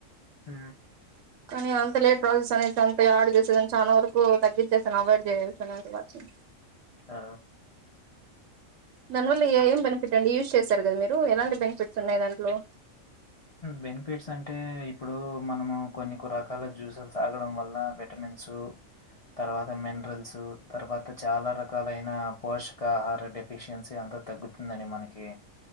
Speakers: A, on the left; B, on the right.
A: హ
B: కానీ అంత లేట్ ప్రాసెస్ అనే అంత యాడ్ చేసేదాను చాలా వరకు తగ్గించేసాను అవాయిడ్ చేసాను
A: ఆ
B: దానివల్ల ఏం బెనిఫిట్ అండి యూజ్ చేస్తారు కదా మీరు ఎలాంటి బెనిఫిట్స్ ఉన్నాయి దాంట్లో
A: బెనిఫిట్స్ అంటే ఇప్పుడు మనము కొన్ని రకాల జ్యూసులు తాగడం వల్ల విటమిన్స్ తర్వాత మినరల్స్ తర్వాత చాలా రకాలైన పోషకాహారడి ఎఫిషియన్సీ అంతా తగ్గుతుందని మనకి